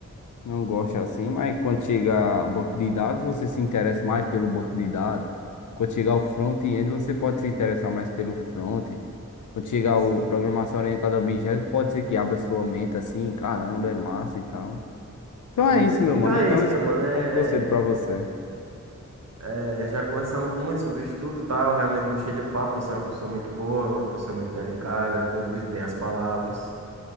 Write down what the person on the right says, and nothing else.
Sim, sim,
sim,
sim.
Então
é
isso,
meu mano, é.
É, já conversamos muito sobre estudo e tal. Realmente gostei do papo. Você é uma pessoa muito boa, uma pessoa muito delicada, conduz bem as palavras.